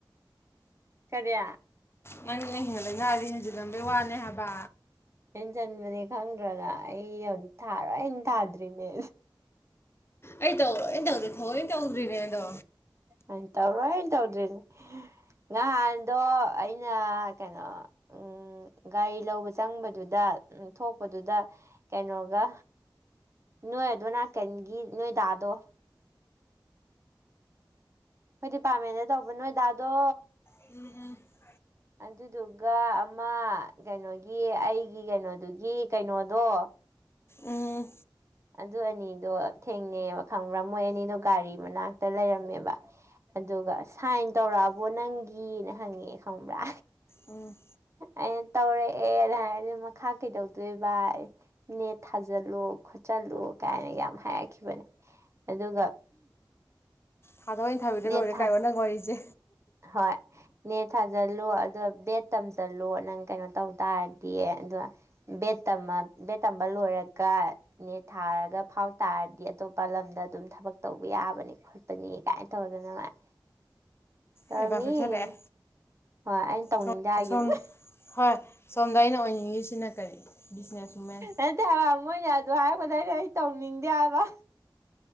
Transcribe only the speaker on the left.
ꯅꯪꯅ ꯍꯦꯟꯅꯂꯩꯅꯥꯗꯤ ꯍꯟꯖꯜꯂꯝꯕꯩ ꯋꯥꯅꯦ ꯍꯥꯏꯕ꯫
ꯑꯩ ꯇꯧꯔꯣꯏꯅ ꯇꯧꯗꯔꯤꯅꯦ ꯊꯑꯣꯏ ꯇꯧꯗꯔꯤꯅꯦꯗꯣ꯫
ꯎꯝ ꯎꯝ꯫
ꯎꯝ
ꯎꯝ꯫
ꯊꯥꯗꯧ ꯑꯩꯅ ꯊꯥꯕꯤꯗ꯭ꯔ
ꯂꯣꯏꯔꯦ
ꯀꯥꯏꯌꯣ ꯅꯪ ꯋꯥꯔꯤꯖꯦ꯫
ꯑꯦꯗꯚꯥꯟꯁ ꯄꯤꯊꯔꯛꯑꯦ
ꯁꯣꯝ
ꯁꯣꯝ ꯍꯣꯏ ꯁꯣꯝꯗ ꯑꯩꯅ ꯑꯣꯏꯅꯤꯡꯉꯤꯁꯤꯅ ꯀꯔꯤ ꯕꯤꯖꯤꯅꯦꯁꯃꯦꯟ꯫